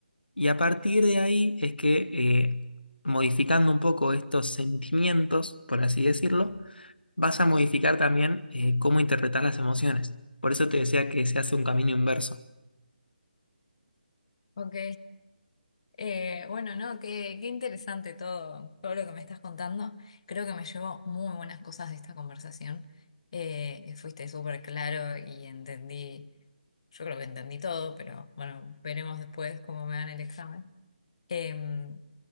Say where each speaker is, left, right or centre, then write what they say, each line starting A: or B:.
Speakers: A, on the left; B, on the left.
A: Y a partir de ahí es que, eh, modificando un poco estos sentimientos, por así decirlo, vas a modificar también eh, cómo interpretar las emociones. Por eso te decía que se hace un camino inverso.
B: Ok. Eh, bueno, no, qué, qué interesante todo, todo lo que me estás contando. Creo que me llevo muy buenas cosas de esta conversación. Eh, fuiste súper claro y entendí, yo creo que entendí todo, pero bueno, veremos después cómo me dan el examen. Em,